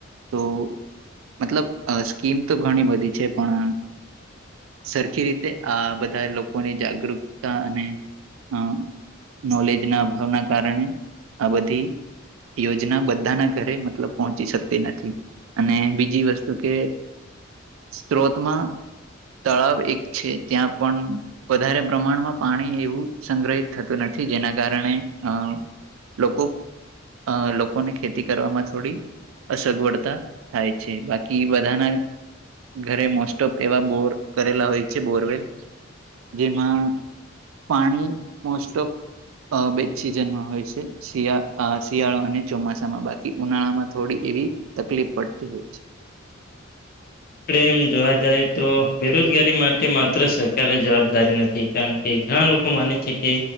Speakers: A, on the right; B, on the left.
A: તો મતલબ અ સ્કીમ તો ઘણી બધી છે પણ સરખી રીતે આ બધા લોકોની જાગૃકતા અને અ નોલેજ ના અભાવના કારણે આ બધી યોજના બધાના ઘરે મતલબ પહોંચી શકતી નથી. અને બીજી વસ્તુ કે સ્ત્રોતમાં તળાવ એક છે ત્યાં પણ વધારે પ્રમાણમાં પાણી એવું સંગ્રહિત થતું નથી. જેના કારણે અ લોકો અ લોકોને ખેતી કરવામાં થોડી- અસગવડતા થાય છે બાકી બધાના ઘરે મોસ એવા બોર કરેલા હોય છે બોરવેલ જેમાં પાણી મોસ્ટસ્ટ ઓફ બેજ સિઝનમાં હોય છે શિયા અ શિયાળો અને ચોમાસામાં બાકી ઉનાળામાં થોડી એવી તકલીફ પડતી હોય છે.
B: આપડે એમ જોવા જાય તો બેરોજગારી માટે માત્ર સરકારે જવાબદારી નથી કારણ કે ઘણા લોકો માને છે કે